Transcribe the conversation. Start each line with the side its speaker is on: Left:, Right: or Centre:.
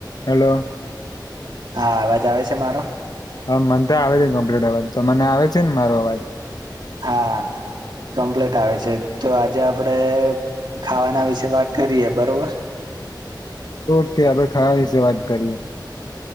Left: Hello.
Right: હા, અવાજ આવે છે, મારો
Left: હા મને આવે છે, કમ્પ્લીટ અવાજ, તો મને આવે છેને, મારો અવાજ
Right: હા. કમ્પ્લીટ આવે છે, તો આજે આપડે ખાવાના વિશે વાત કરીય, બરોબર.
Left: ઓકે આપણે ખરા વિશે, વાત કરીએ.